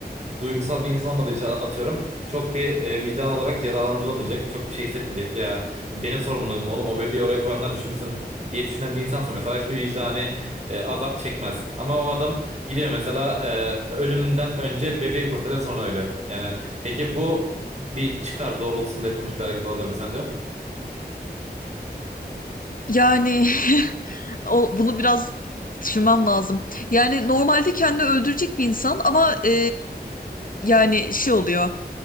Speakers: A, on the right; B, on the left.
A: duygusal bir insan olmadığı için atıyorum çok bir e, vicdan olarak cezalandırılmayacak. Çok bir şey hissetmeyecek. Ya benim sorumluluğum oğlum o bebeği oraya koyanlar düşünsün diye düşünen bir insansa mesela hiçbir vicdani e, azap çekmez. Ama o adam gidiyor mesela e, ölümden önce bebeği kurtarıyor sonra ölüyor. Yani peki bu bir çıkar doğrultusunda yapılmış bir hareket olabilir mi sence?
B: Yani <laughs> o, bunu biraz düşünmem lazım. Yani normalde kendini öldürecek bir insan ama e, yani şey oluyor.